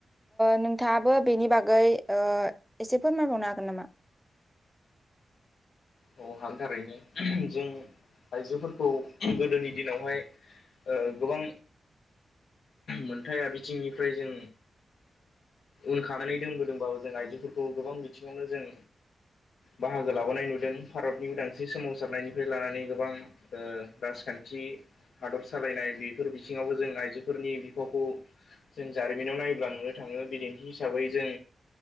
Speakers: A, in the centre; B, on the left (about 85°).
A: नोंथांङाबो बेनि बागै एसे फोरमायबावनो हागोन नामा?
B: औ हानि थाखायनो जों आइजोफोरखौ गोदोनि दिनावहाय गोबां मोनथाया बिथिंनिफ्राय जों उनखानानै दोनबोदोंबाबो जों आइजोफोरखौ गोबां बिथिंङावनो जों बाहागो लाबोनाय नुदों। भारतनि उदांस्रि सोमावसारनायनिफ्राय लानानै गोबां राजखान्थि हादर सालायनाय बेफोर बिथिंङावबो जों आइजोफोरनि बिफावखौ जों जारिमिनाव नायोब्ला नुनो थांङो बिदिन्थि हिसाबै जों